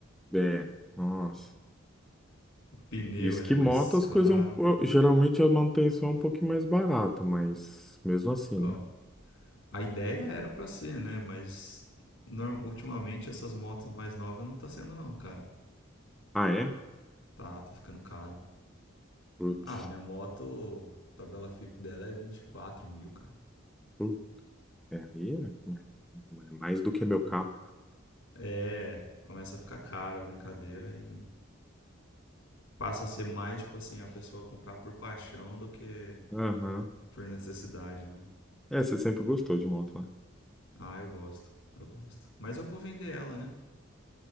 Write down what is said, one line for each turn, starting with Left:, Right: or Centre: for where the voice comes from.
Centre: né? É, nossa.
Left: O pneu
Centre: Isso
Left: ele
Centre: que
Left: é mais
Centre: moto, as
Left: caro.
Centre: coisas, é um po- geralmente a manutenção é um pouquinho mais barata, mas mesmo assim,
Left: Ó,
Centre: né?
Left: a ideia era pra ser, né? Mas norm- ultimamente essas motos mais novas não tá sendo não, cara.
Centre: Ah, é?
Left: Tá, tá ficando caro.
Centre: Putz,
Left: Ah, minha moto, a tabela FIP dela é 24 mil, cara.
Centre: putz, é, aí é é mais do que meu carro.
Left: É, começa a ficar cara a brincadeira e passa a ser mais, tipo assim, a pessoa comprar por paixão do que
Centre: Aham.
Left: por necessidade, né?
Centre: É, você sempre gostou de moto, né?
Left: Ah, eu gosto, eu gosto. Mas eu vou vender ela, né?